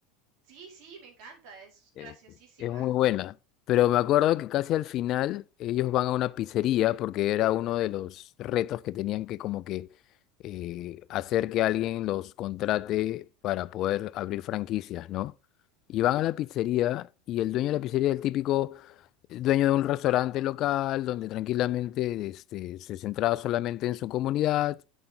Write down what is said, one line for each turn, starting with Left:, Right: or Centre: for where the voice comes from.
Right: Sí, sí, me encanta, es graciosísima.
Left: Eh, es muy buena. Pero me acuerdo que casi al final ellos van a una pizzería porque era uno de los retos que tenían que como que eh, hacer que alguien los contrate para poder abrir franquicias, ¿no? Y van a la pizzería y el dueño de la pizzería es el típico dueño de un restaurante local donde tranquilamente este, se centraba solamente en su comunidad